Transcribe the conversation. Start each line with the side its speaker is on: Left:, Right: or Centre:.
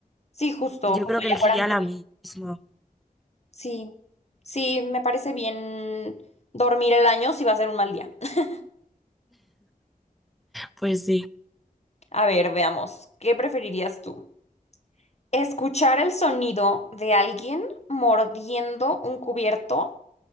Left: Sí, justo,
Centre: yo
Left: justo,
Centre: creo que elegiría
Left: ya fueran bien.
Centre: la misma.
Left: Sí, sí, me parece bien dormir el año si va a ser un mal día. <laughs>
Centre: Pues sí.
Left: A ver, veamos, ¿qué preferirías tú? Escuchar el sonido de alguien mordiendo un cubierto